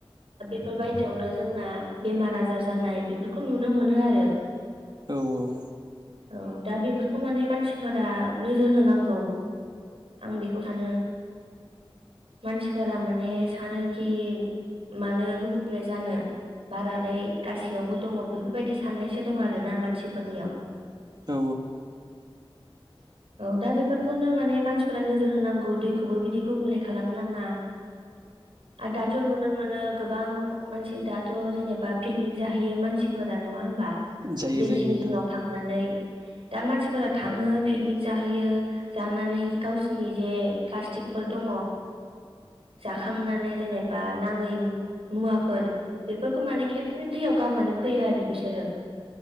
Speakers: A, on the right; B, on the right.
A: बेबायदियावनो जोंना बेमार आजार जानाय बेफोरखौ नुनो मोनो आरो।
B: औ औ।
A: औ दा बेफोरखौ माने मानसिफोरा नोजोर होनांगौ आं बेखौ सानो। मानसिफोरा माने सानोखि मानो गुबुंले जानो। बारालाय गासैयावबो दङ बेफोरबायदि साननायसो दं आरो। ना मानसिफोरनियाव।
B: औ
A: औ दा बेफोरखौनो माने मानसिफोरा नोजोर होनांगौ दैखौबो बिदि गुबुंले खालाम नङा। <unintelligible> आर दाथ' नुनो मोनो गोबां मानसि दाथ' जेनेबा पिकनिक जाहैयो मानसिफोरा नङा होमबा।
B: जायो
A: दै
B: जायो
A: जिं
B: नोंथां
A: जिङाव थांनानै। दा मानसिफोरा थाङो पिकनिक जाहैयो जानानै गावसिनि जे प्लास्टिकफोर दङ जाखांनानै जेनेबा नाङै। मुवाफोर बेफोरखौ माने खेबसेनो दैयाव गारनानै फैयो आरो बिसोरो।